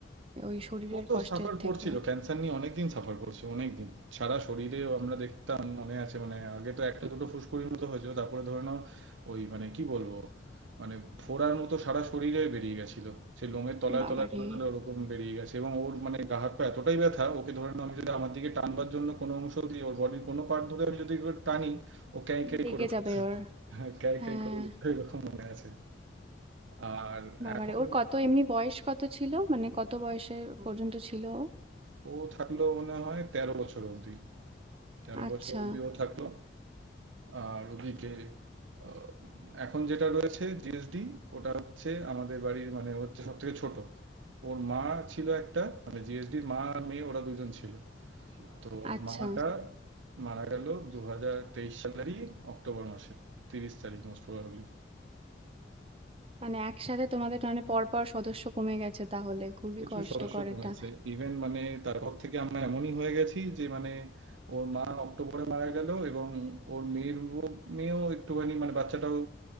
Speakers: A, on the right; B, on the right.
A: ওই শরীরের
B: ও তো
A: কষ্টের
B: সাফার
A: থেকে
B: করছিল ক্যান্সার নিয়ে অনেকদিন সাফার করছে অনেকদিন সারা শরীরে আমরা দেখতাম মনে আছে মানে আগে তো একটা দুটো ফুসকুড়ির মতো হয়েছিল তারপরে ধরে নাও ওই মানে কি বলবো মানে ফোড়ার মতো সারা শরীরে বেরিয়ে গেছিল সেই লোমের তলায়
A: বাবারে
B: তলায় তলায় তলায় ওরকম বেরিয়ে গেছে এবং ওর মানে গা হাত পা এতটাই ব্যথা ওকে ধরে নাও আমি যদি আমার দিকে টানবার জন্য কোনো অংশ দিয়ে ওর বডির কোনো পার্ট ধরে আমি যদি ওকে টানি ও ক্যাঁই ক্যাঁই
A: লেগে
B: করে <laughs>
A: যাবে ওর
B: ক্যাঁই
A: হ্যাঁ
B: ক্যাঁই করে উঠতো, এরকম মনে আছে আর
A: বাবারে
B: এখন
A: ওর কত এমনি বয়স কত ছিল মানে কত বয়সে পর্যন্ত ছিল ও?
B: ও থাকলো মনে হয় তেরো বছর অবধি তেরো
A: আচ্ছা
B: বছর অবধি ও থাকলো আর ওদিকে আহ, এখন যেটা রয়েছে জিএসডি ওটা হচ্ছে আমাদের বাড়ির মানে হচ্ছে সব থেকে ছোট ওর মা ছিল একটা মানে জিএসডির মা আর মেয়ে ওরা দুজন ছিল তো ওর
A: আচ্ছা
B: মাটা মারা গেল দু হাজার তেইশ সালেরই অক্টোবর মাসে তিরিশ তারিখ মোস্ট প্রবাবলি
A: মানে একসাথে তোমাদের মানে পরপর সদস্য কমে গেছে তাহলে খুবই
B: প্রচুর
A: কষ্টকর
B: সদস্য কমেছে
A: এটা
B: ইভেন মানে তারপর থেকে আমরা এমনই হয়ে গেছি যে মানে ওর মা অক্টোবরে মারা গেল এবং ওর মেয়ের ও- মেয়েও একটুখানি মানে বাচ্চাটাও